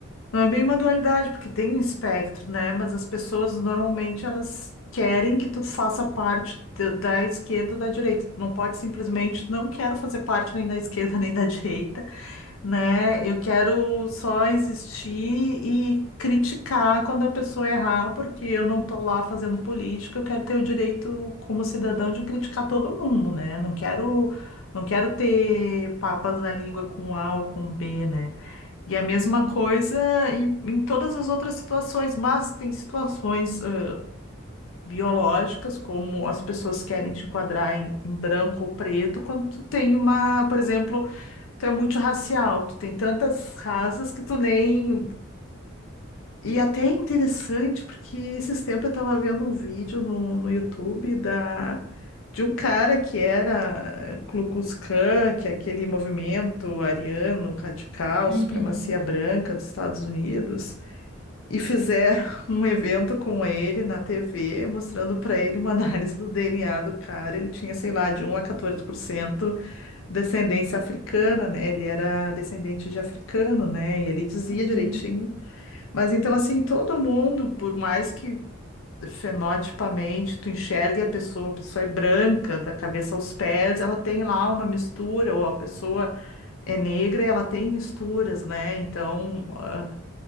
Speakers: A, on the left; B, in the centre.
A: não é bem uma dualidade, porque tem um espectro, né? Mas as pessoas normalmente elas querem que tu faça parte da da esquerda ou da direita. Tu não pode simplesmente, não quero fazer parte nem da esquerda <laughs> nem da direita. né? Eu quero só existir e criticar quando a pessoa errar, porque eu não estou lá fazendo política, eu quero ter o direito como cidadão de criticar todo mundo, né? Não quero não quero ter papas na língua com A ou com B, né? E a mesma
B: Uhum.
A: coisa em, em todas as outras situações, mas tem situações ãh, biológicas, como as pessoas querem te enquadrar em, em branco ou preto, quando tu tem uma, por exemplo, Tu é multirracial, tu tem tantas raças que tu nem. E até é interessante, porque esses tempos eu tava vendo um vídeo no, no YouTube da, de um cara que era Ku Klux Klan, que é aquele movimento ariano radical,
B: Uhum.
A: supremacia branca dos Estados Unidos, e fizeram <laughs> um evento com ele na TV, mostrando para ele uma <laughs> análise do DNA do cara. Ele tinha, sei lá, de um a 14% descendência africana, né? Ele era descendente de africano, né? E ele dizia
B: Uhum.
A: direitinho. Mas então, assim, todo mundo, por mais que fenotipamente tu enxergue a pessoa, a pessoa é branca, da cabeça aos pés, ela tem lá uma mistura, ou a pessoa é negra e ela tem misturas, né? Então, ah,